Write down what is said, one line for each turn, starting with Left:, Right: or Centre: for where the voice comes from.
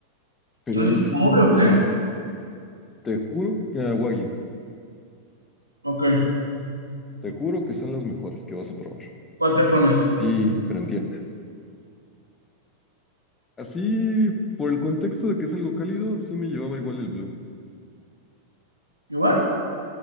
Left: Pero
Right: ¿No es
Left: ahí
Right: de
Left: sí,
Right: cobre o qué?
Left: te juro que a Wagyu,
Right: Ok.
Left: te juro que son las mejores que vas a probar.
Right: ¿Cuál te pones?
Left: Sí, garantía. Así, por el contexto de que es algo cálido, sí me llevaba igual el Blue.
Right: ¿Igual?